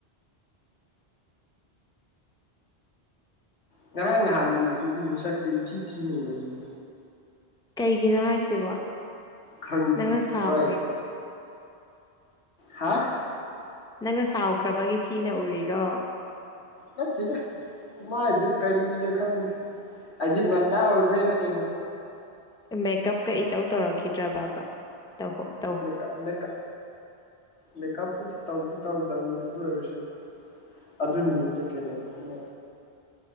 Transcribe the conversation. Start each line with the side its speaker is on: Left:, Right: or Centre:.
Left: ꯉꯔꯥꯡ ꯅꯍꯥꯟ ꯎꯕꯗꯨꯗꯤ ꯃꯁꯛꯇꯨ ꯏꯊꯤ ꯊꯤꯅ ꯎꯔꯝꯃꯤ
Centre: ꯀꯩꯒꯤꯅꯣ ꯍꯥꯏꯁꯤꯕꯣ
Left: ꯈꯪꯗꯤ
Centre: ꯅꯪꯅ ꯁꯥꯎꯔꯤꯔꯣ
Left: ꯋꯥ ꯍꯥ
Centre: ꯅꯪꯅ ꯁꯥꯎꯈ꯭ꯔꯕꯒꯤ ꯊꯤꯅ ꯎꯔꯤꯔꯣ
Left: ꯅꯠꯇꯦꯗꯥ ꯃꯥꯏꯗꯨ ꯀꯔꯤꯔ ꯈꯪꯗꯦ ꯑꯌꯨꯛ ꯉꯟꯇꯥ ꯑꯣꯏꯕꯩꯔꯥ ꯀꯩꯅꯣ
Centre: ꯃꯦꯀꯞꯀ ꯏꯇꯧ ꯇꯧꯔꯛꯈꯤꯗ꯭ꯔ ꯕꯕꯥ ꯇꯧꯍꯧ
Left: ꯃꯦꯀꯞ ꯃꯦꯀꯞ ꯃꯦꯀꯞꯄꯨꯗꯤ ꯇꯧꯗꯤ ꯇꯥꯎꯗꯝꯅꯤ ꯑꯗꯣꯏꯔꯁꯨ ꯑꯗꯨꯅꯤꯃꯤꯠꯇꯣ ꯀꯩꯅꯣ ꯑꯃ